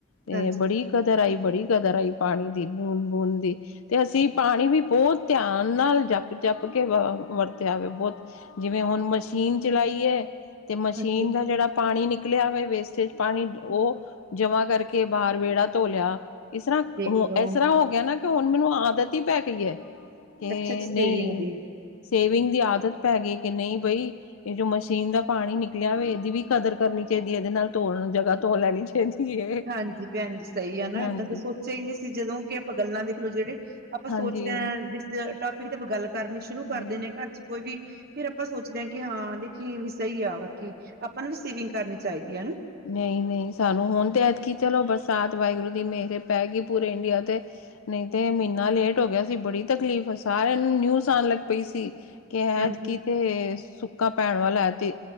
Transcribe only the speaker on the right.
ਹਾਂਜੀ
ਹਾਂਜੀ
ਦੇਖਲੋ
ਅੱਛਾ ਜੀ ਸੇਵਿੰਗ
ਦੀ
ਹਾਂਜੀ ਭੈਣ ਜੀ ਸਹੀ ਆ ਨਾ
ਏਦਾਂ ਦਾ ਸੋਚਿਆ ਹੀ ਨਹੀਂ ਸੀ ਜਦੋਂ ਕਿ ਆਪਾਂ ਗੱਲਾਂ ਦੇਖ ਲੋ ਜਿਹੜੇ ਆਪਾਂ ਸੋਚਦੇ
ਹਾਂ ਜਿਸ ਟੋਪਿਕ ਤੇ ਆਪਾਂ ਗੱਲ ਕਰਨੀ ਸ਼ੁਰੂ ਕਰਦੇ
ਨੇ ਘਰ 'ਚ ਕੋਈ ਵੀ ਫੇਰ ਆਪਾਂ ਸੋਚਦੇ ਹਾਂ ਕਿ ਹਾਂ ਦੇਖੀ ਵੀ ਸਹੀ ਆ ਬਾਕੀ ਆਪਾਂ ਨੂੰ ਵੀ ਸੇਵਿੰਗ ਕਰਨੀ ਚਾਹੀਦੀ ਹੈ ਹਨਾ।
ਹਾਂਜੀ